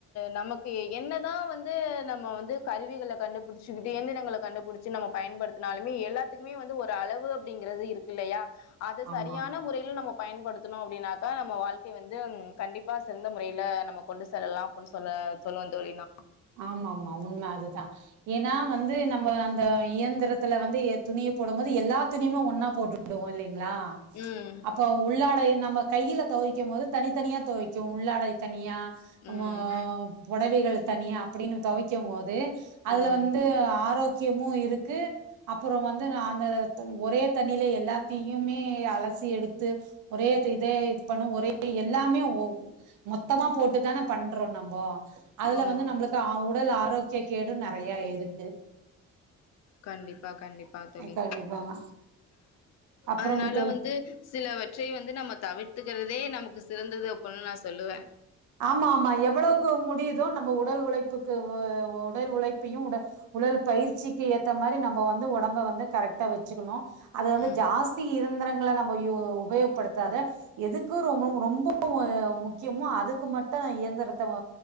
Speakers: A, on the left; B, on the right.
A: நமக்கு என்னதா வந் து நம்ம வந்து கருவிகள கண்டுபிடிச்சிகிட்டு இயந்திரங்கள கண்டுபிடிச்சி நம்ம பயன்படுத்துனாலுமே எல்லாத்துக்குமே வந்து ஒரு அளவு அப்டிங்கறது இருக்கில்லையா அது
B: ஆமா
A: சரியான முறையில நம்ம பயன்படுத்துணோ அப்டின்னாக்கா நம்ம வாழ்க்கை வந்து கண்டிப்பா சிறந்த முறையில நமக்கு கொண்டு செல்லலா அப்டின் சொல்ல சொல்வே தோழி நா
B: ஆமாமா உண்ம அதுதா ஏன்னா வந்து நம்ம அந்த இயந்திரத்துல வந்து துணிய போடும் போது எல்லா துணிமே ஒன்னா போட்டுடுவோ இல்லைங் ளா
A: ம்
B: அப்போ உள்ளாடை நம்ம கையில தொவிக்கும் போது தனித்தனியா தொவிக்கு உள்ளாடை தனியா
A: ம்
B: ஆ பொடவைகள் தனியா அப்புடின்னு துவைக்கும் மோது அதுல
A: ம்
B: வந்து ஆரோ க்கியமும் இருக்கு அப்புறோ வந்து நாங்க த் ஒரே தண்ணிலே எல்லாத்தையுமே அலசி எடுத்து ஒரே து இதே இது பண்ணும் ஒரே எல்லாமே ஒ மொத்தமா போட்டுதானே பண்றோ நம்போ அதுல
A: ஆமா
B: வந்து நம்மளுக்கு ஆ உடல் ஆரோக்கிய கேடும் நறையா இருக்கு
A: கண்டிப்பாக் கண்டிப்பா தோழி
B: கண்டிப்பாங்க அப்புறம்
A: அதனால
B: தோழி
A: வந்து சிலவற்றை வந்து நம்ம தவிர்த்துக்கிறதே நமக்கு ஸ் சிறந்தது அப்பன்னா நா சொல்லுவேன்
B: ஆமா ஆமா எவ்வளவுக்கு முடியுதோ நம்ம உடல் உழைப்புக்கு வு உடல் உழைப்பையும் உட உடல் பயிற்சிக்கி ஏத்த மாரி நம்போ வந்து ஒடம்ப வந்து கரெக்டா வெச்சுக்குணும் அத வந்து
A: ம்
B: ஜாஸ்தி இருந் விவரங்கள நம்ப யூ உபயோகப்படுத்தாத எதுக்கு ரொம்போ மு ரொம்போ முக்கியமோ அதுக் க்கு மட்டு எந்த எந்தரத்த வு